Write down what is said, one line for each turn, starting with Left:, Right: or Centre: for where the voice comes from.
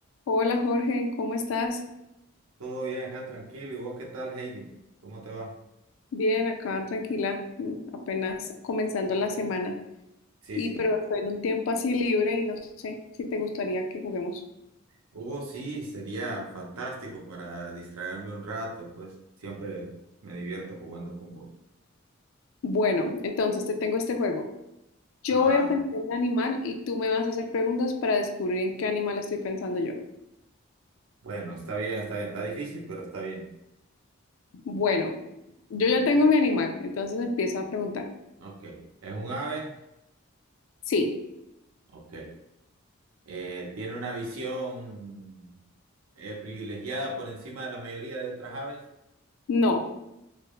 Left: Hola Jorge, ¿cómo estás?
Right: Todo bien acá, tranquilo. ¿Y vos qué tal, Heidi? ¿Cómo te va?
Left: Bien, acá tranquila, mm, apenas comenzando la semana.
Right: Sí,
Left: Y
Right: sí.
Left: pero estoy en un tiempo así libre y no sé si te gustaría que juguemos.
Right: Hugo, sí, sería fantástico para distraerme un rato, pues siempre me divierto jugando con vos.
Left: Bueno, entonces te tengo este juego. Yo
Right: Ajá.
Left: voy a pensar en un animal y tú me vas a hacer preguntas para descubrir en qué animal estoy pensando yo.
Right: Bueno, está bien, está bien. Está difícil, pero está bien.
Left: Bueno, yo ya tengo mi animal, entonces empiezo a preguntar.
Right: Ok. ¿Es un ave?
Left: Sí,
Right: Ok. Eh, ¿tiene una visión eh, privilegiada por encima de la mayoría de otras aves?
Left: no.